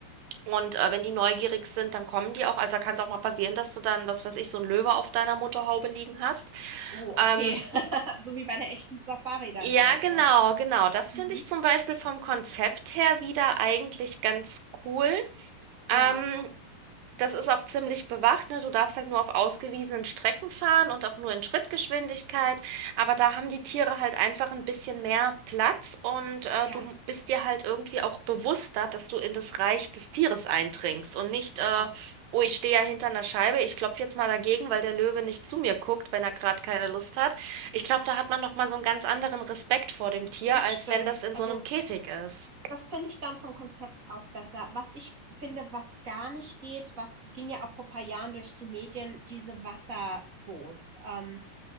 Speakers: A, on the right; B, on the right.
A: Und äh, wenn die neugierig sind, dann kommen die auch. Also da kann es auch mal passieren, dass du dann, was weiß ich, so ein Löwe auf deiner Motorhaube liegen hast.
B: Oh,
A: Ähm,
B: okay. <laughs> So wie bei 'ner echten Safari dann
A: ja,
B: halt,
A: genau,
B: ne?
A: genau. Das finde
B: Mhm.
A: ich zum Beispiel vom Konzept her wieder eigentlich ganz cool. Ähm,
B: Ja,
A: das ist auch ziemlich bewacht, ne? Du darfst halt nur auf ausgewiesenen Strecken fahren und auch nur in Schrittgeschwindigkeit. Aber da haben die Tiere halt einfach ein bisschen mehr Platz und äh,
B: ja,
A: du bist dir halt irgendwie auch bewusster, dass du in das Reich des Tieres eindringst und nicht, äh,
B: ja,
A: oh, ich stehe ja hinter einer Scheibe, ich klopfe jetzt mal dagegen, weil der Löwe nicht zu mir guckt, wenn er gerade keine Lust hat. Ich glaube, da hat man noch mal so einen ganz anderen Respekt vor dem Tier,
B: das
A: als
B: stimmt.
A: wenn das in
B: Also,
A: so einem Käfig ist.
B: das finde ich dann vom Konzept auch besser. Was ich finde, was gar nicht geht, was ging ja auch vor ein paar Jahren durch die Medien, diese Wasserzoos. Ähm,